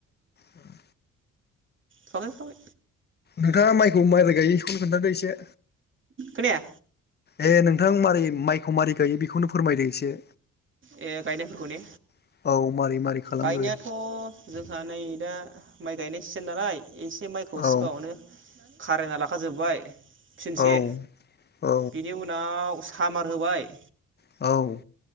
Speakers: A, on the left; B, on the right.
A: औ
B: सब साब
A: नोंथाङा माइखौ माइराय गायखौनो खोन्थादो एसे
B: खोनाया
A: ए नोंथां माबारै माइखौ मारै गायो बेखौनो फोरमायदो एसे
B: ए गायनायफोरखौ ने
A: औ मारै मारै खालामग्रो
B: गायनायाथ जोंहा नै दा माइ गायनाय सिजोन नालाय एसे माइखौ
A: औ
B: सिगाङावनो खारेना लाखाजोबबाय फिनसे
A: औ औ
B: बिनि उनाव सामार होबाय
A: औ